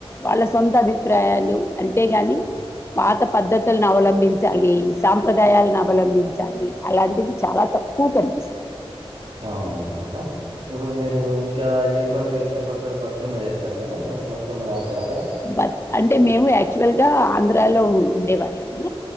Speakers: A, on the left; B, on the right.
A: వాళ్ళ సొంత అభిప్రాయాలు అంతేగాని
B: ఆ!
A: పాత పద్ధతులను అవలంబించాలి సాంప్రదాయాలను అవలంబించాలి అలాంటివి చాలా తక్కువ కనిపిస్తంది
B: అవునవును మేడం ఇప్పుడు మీరు ఇంకా ఏ పండుగ ఇష్టపడతారు బతుకమ్మ చేస్తారు మేడంరు బతుకమ్మలు ఆడుతార అక్కడ
A: బత్ అంటే మేము యాక్చువల్గా ఆంధ్రాలో ఉండేవాళ్ళము